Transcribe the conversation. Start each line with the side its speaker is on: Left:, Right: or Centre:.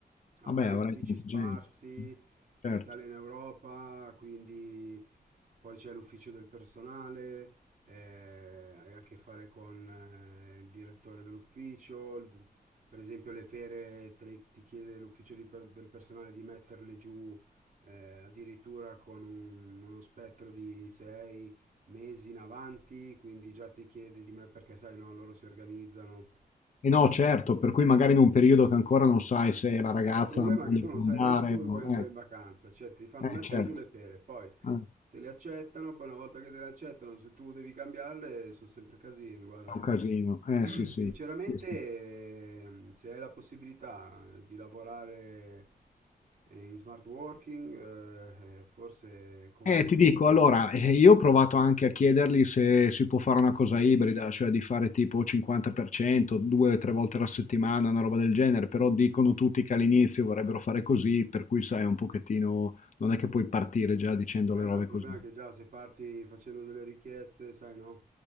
Right: ha
Left: Vabbè,
Right: vari
Left: avrai
Right: uffici
Left: tanta
Right: sparsi
Left: gente. Certo.
Right: in Italia e in Europa, quindi... Poi c'è l'ufficio del personale, eh, hai a che fare con eh, il direttore dell'ufficio, il- per esempio le fere te le- ti chiede l'ufficio di per- del personale di metterle giù eh, addirittura con un- uno spettro di 6 mesi in avanti, quindi già ti chiede di me perché sai, no, loro si organizzano.
Left: E no, certo, per cui magari in un periodo che ancora non sai se la ragazza
Right: Eh, il problema
Left: voglia
Right: è che tu non
Left: andare,
Right: sai neanche se vuoi
Left: o-
Right: andare
Left: eh,
Right: in vacanza, cioè ti fanno
Left: eh,
Right: mettere
Left: certo,
Right: giù le fere, poi
Left: Eh,
Right: te le accettano, poi una volta che te le accettano, se tu devi cambiarle, sono sempre casini, guarda.
Left: è un casino, eh
Right: <clears throat>
Left: sì sì,
Right: Sinceramente,
Left: sì, sì. sì.
Right: ehm, se hai la possibilità eh, di lavorare eh, in smart working, eh, eh, forse conviene.
Left: Eh, ti dico, allora, eh, io ho provato anche a chiedergli se si può fare una cosa ibrida, cioè di fare tipo 50%, due o tre volte alla settimana, una roba del genere, però dicono tutti che all'inizio vorrebbero fare così, per cui sai, un pochettino, non è che puoi partire già dicendo
Right: Eh
Left: le
Right: no,
Left: robe
Right: il problema
Left: così.
Right: è che già se parti facendo delle richieste, sai no?